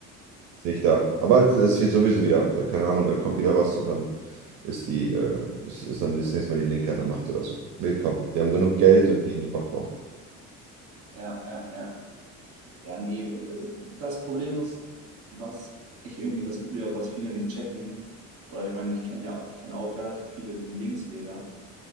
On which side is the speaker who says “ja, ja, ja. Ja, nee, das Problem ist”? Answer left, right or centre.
Right